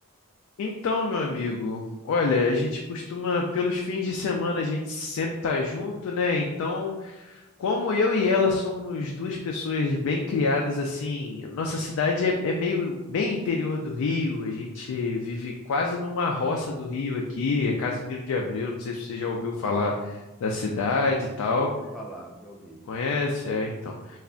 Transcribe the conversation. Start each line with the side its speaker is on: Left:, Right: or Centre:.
Left: Então, meu amigo, olha, a gente costuma, pelos fins de semana, a gente sempre tá junto, né? Então, Como eu e ela somos duas pessoas bem criadas, assim, nossa cidade é, é meio bem interior do Rio, a gente vive quase numa roça do Rio aqui, é Casimiro de Abreu, não sei se você já ouviu falar da cidade e tal.
Centre: Já ouvi falar, já ouvi.
Left: Conhece? É, então.